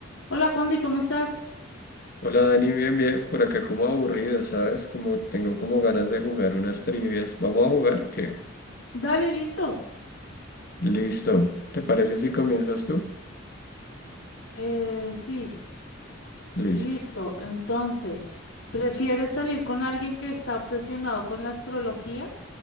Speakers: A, on the left (about 75°); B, on the left (about 50°).
A: Hola Juandy, ¿cómo estás?
B: Hola Dani, bien, bien, por acá como aburrido, ¿sabes? Como tengo como ganas de jugar unas trivias. ¿Vamos a jugar o qué?
A: Dale, listo.
B: Listo. ¿Te parece si comienzas tú?
A: Eh, sí,
B: Listo.
A: listo. Entonces, ¿prefieres salir con alguien que está obsesionado con la astrología